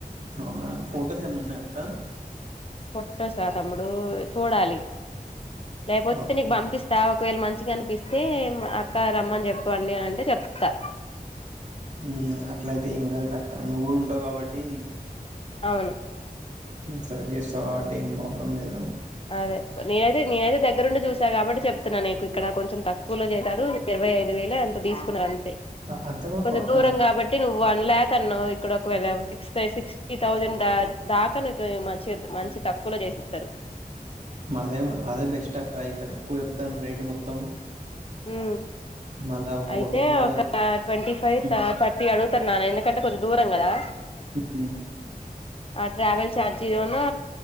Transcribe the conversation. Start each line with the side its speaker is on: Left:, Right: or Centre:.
Right: అవునా ఫోటోస్ ఏమున్నాయి అక్క
Left: పోటోష్ ఆ తమ్ముడు చూడాలి లేకపోతే
Right: ఓకే.
Left: నీకు పంపిస్త ఒకవేళ మంచిగా అనిపిస్తే అక్క రమ్మని చెప్పండి అని అంటే చెప్తా
Right: ఉ అట్లయితే ఏం కాదు లెక్క నువ్వు ఉంటావు కాబట్టి
Left: అవును
Right: నువ్వు చేస్తావు కాబట్టి ఏం ప్రాబ్లం లేదు
Left: అదే నేనైతే నేన అయితే దగ్గరుండి చూసాను కాబట్టి చెప్తున్నాను నీకు ఇక్కడ కొంచెం తక్కువలో చేశారు ఇరవై ఐదు వేలే అంత తీసుకున్నారు అంతే
Right: అ అంత వరకు
Left: కొంచెం
Right: అక్క.
Left: దూరం కాబట్టి నువ్వు వన్ ల్యాక్ అన్నావు ఇక్కడ ఒక వెళ సిక్స్ సి సిక్స్టీ థౌజండ్ ద దాకా మంచి మంచి తక్కువలో చేసిస్తారు
Right: అదే అదే బెస్ట్ అక్క ఇక్కడ ఎక్కువ చెప్తాను రేటు మొత్తం
Left: ఉ
Right: మళ్ళా ఫోటో
Left: అయితే
Right: కూడా
Left: ఒక ఆ ట్వంటీ ఫైవ్
Right: హ్మ్.
Left: థర్టీ అడుగుతారు నాన్న ఎందుకంటే కొంచెం దూరం కదా
Right: ఉ
Left: ఆ ట్రావెల్ ఛార్జీ గును